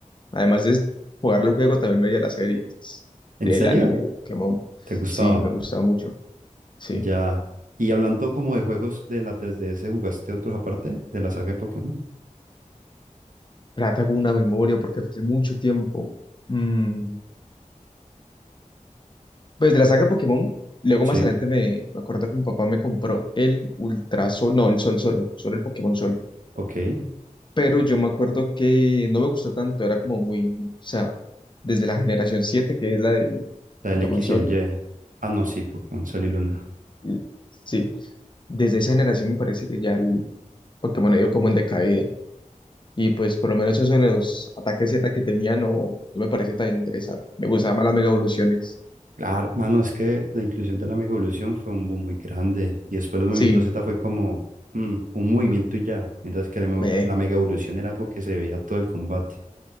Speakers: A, on the left (about 35°); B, on the right (about 80°).
A: además de jugar el juego también veía las series
B: ¿En
A: del
B: serio?
A: anime de Pokémon.
B: ¿Te gustaba?
A: Sí, me gustaba mucho, sí.
B: Ya. Y hablando como de juegos de la 3DS, ¿jugaste otros aparte de la saga de Pokémon?
A: Trata con una memoria porque fue hace mucho tiempo. Mm, Pues de la saga Pokémon, luego
B: Sí,
A: más adelante me, me acuerdo que mi papá me compró el Ultra Sol, no, el Sol Solo, solo el Pokémon Sol.
B: ok.
A: pero yo me acuerdo que no me gustó tanto, era como muy, o sea, desde la generación 7 que es la de
B: La
A: Pokémon
B: del X
A: Sol,
B: y el Y. Ah, no, sí, Pokémon Sol y Luna.
A: y- sí, desde esa generación me parece que ya el Pokémon ha ido como en decaída. Y pues por lo menos eso de los ataques Z que tenía no, no me parece tan interesante. Me gustaban más las mega evoluciones.
B: Claro, mano, es que la inclusión de la mega evolución fue un boom muy grande y después los movimientos
A: Sí,
B: Z fue como mm, un movimiento y ya, mientras que la, mo-
A: me,
B: la mega evolución era algo que se veía todo el combate